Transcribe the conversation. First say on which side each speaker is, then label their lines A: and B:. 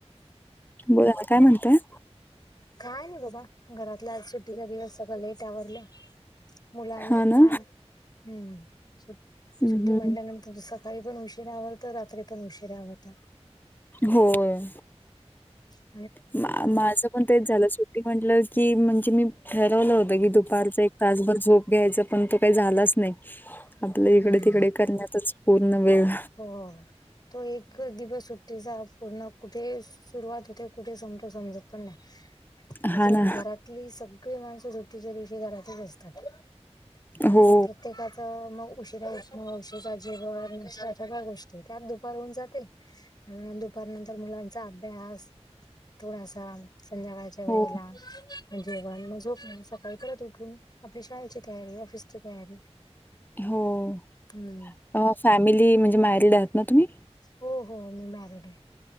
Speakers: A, on the left; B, on the left.
A: बोलां आंता कायं म्हणतांय
B: कायं नाहीं बाबां घरांतला आंज सुुद्धीचा दिवसं सगळं लेट आवरलं. मुलांना
A: हा ना
B: हम्मं
A: हम्म
B: सुट्टी म्हटल्यांनंतर
A: हम्म
B: तुमचं सकाळीं पणं उशीरा आवरंत रात्री पणं उशीरा आवरंत.
A: होयं
B: ज <unintelligible>
A: माझं पणं तेचं झालं सुट टि म्हंटलं की म्हणजे मी ठरवलं होतं की दुपारचं एक तास भरं झोंप घ्यायचं पणं तो कांहीं झाल्याचं नाहीं आपलं ईकडे
B: हम्म
A: तिकडे करण्यांतच पूर्ण वेळं
B: हो तो एक दिवसं चां पूर्ण कुंठे सुंरुवात होते कुंठे संपतो समजतं नाहीं पणं नाहीं
A: हा
B: त्यांथ
A: ना
B: घरांतली सगळीं माणसं सुट्टीच्या दिवशी घरांतच असतांत. आणि
A: हो
B: प्रत्येकाचं मंग उशिरा ऊटनं उशीरा जेवणं नं सगळ्यां गोष्टी त्यांत दुंपार होऊन जाते दुपांरनंतर मुलांचा अभ्यास थोडांसा संध्याकांळच्या वेळेला.
A: हो
B: जेव्हांण मं झोप नाहीं सकाळीं परंत उठूंन आपली शाळेची तयारी ऑफिसची तयारी
A: हो
B: हम्म
A: फॅमिली म्हणजे मॅरीड आहांत नां तुम्हीं
B: हो हो मी मॅरिड आहे